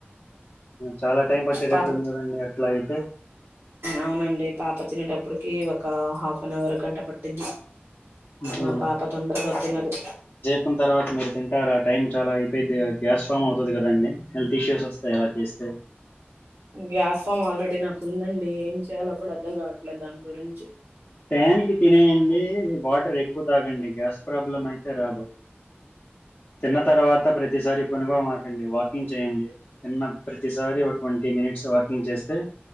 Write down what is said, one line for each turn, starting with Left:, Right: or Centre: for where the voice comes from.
Left: చాలా టైం పట్టేటట్టుంది
Right: పాప
Left: కదండి అట్లా అయితే
Right: అవునండి పాప తినేటప్పటికి ఒక హాఫ్ అన్ అవర్ గంటా పట్టద్ది
Left: ఉహు
Right: మా పాప తొందరగా తినదు
Left: న్న తర్వాత మీరు తింటారు ఆ టైం చాలా అయిపోయిద్ది గ్యాస్ ఫామ్ అవుతుంది కదండి హెల్త్ ఇష్యూస్ వస్తాయి ఎలా చేస్తే
Right: గ్యాస్ ఫామ్ ఆల్రెడీ నాకు ఉందండి ఏం చేయాలో కూడా అర్ధం కావట్లేదు దాని గురించి
Left: టైముకి తినేడి వాటర్ ఎక్కువ తాగండి గ్యాస్ ప్రాబ్లం అయితే రాదు తిన్న తర్వాత ప్రతిసారి పనుకో మకండి వాకింగ్ చేయండి తిన్న ప్రతిసారి ఒక ట్వంటీ మినిట్స్ వార్కింగ్ చేస్తే